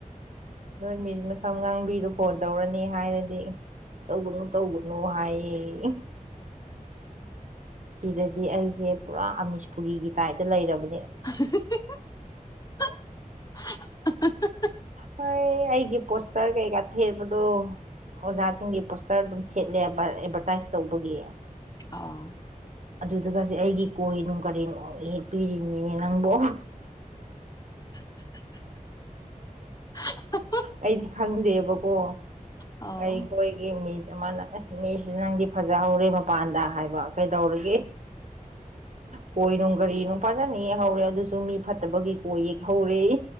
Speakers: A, on the right (about 60°); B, on the left (about 25°).
A: ꯅꯣꯏ ꯃꯤꯁ ꯃꯁꯝ ꯉꯥꯡꯕꯤꯗꯨ ꯐꯣꯟ ꯇꯧꯔꯅꯤ ꯍꯥꯏꯔꯗꯤ ꯇꯧꯒꯅꯨ ꯇꯧꯒꯅꯨ ꯍꯥꯏꯌꯦꯌꯦ ꯁꯤꯗꯗꯤ ꯑꯩꯁꯦ ꯄꯨꯔꯥ ꯑꯃꯅꯤꯁꯄꯨꯔꯤꯒꯤ ꯇꯥꯏꯞꯇ ꯂꯩꯔꯕ
B: <inaudible>
A: ꯍꫭꯏ ꯑꯩꯒꯤ ꯄꯣꯁꯇꯔ ꯀꯩꯀꯥ ꯊꯦꯕ ꯗꯣ ꯑꯣꯖꯥꯁꯤꯡꯒꯤ ꯄꯣꯁꯇꯔ ꯑꯗꯨꯝ ꯊꯦꯠꯂꯦꯕ ꯑꯦꯗꯚꯔꯇꯥꯏꯁ ꯇꯧꯕꯒꯤ
B: ꯑꯥ
A: ꯑꯗꯨꯗꯒꯁꯦ ꯑꯩꯒꯤ ꯀꯣꯏ ꯅꯨꯡ ꯀꯔꯤ ꯂꫭꯏ ꯌꯦꯛ ꯄꯤꯔꯤ ꯃꯤꯅꯤ ꯅꯪꯕꯣ
B: <unintelligible>
A: ꯑꯩꯗꯤ ꯈꯪꯗꯦꯕꯀꯣ
B: ꯑꯥ
A: ꯑꯩꯈꯣꯏꯒꯤ ꯃꯤ ꯑꯃꯅ ꯑꯁ ꯃꯤꯁꯤ ꯅꯪꯗꯤ ꯐꯖꯍꯧꯔꯦ ꯃꯄꯥꯟꯗ ꯍꯥꯏꯕ ꯀꯩꯗꯧꯔꯒꯦ ꯀꯣꯏꯅꯨꯡ ꯒꯥꯔꯤ ꯅꯨꯡꯄꯥꯖꯥꯅ ꯌꯦꯛꯍꯧꯔꯦ ꯑꯗꯨꯁꯨ ꯃꯤ ꯐꯠꯇꯕꯒꯤ ꯀꯣꯏ ꯌꯦꯛꯍꯧꯔꯦ